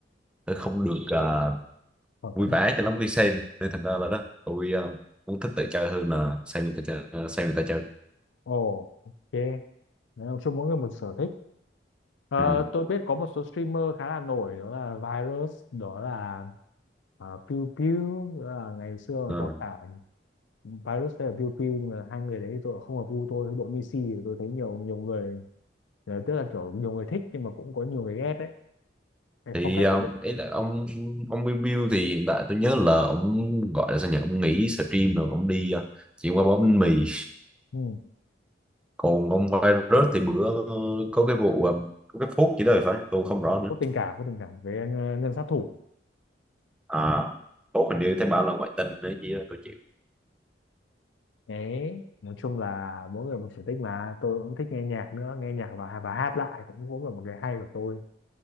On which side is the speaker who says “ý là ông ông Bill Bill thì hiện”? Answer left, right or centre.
Centre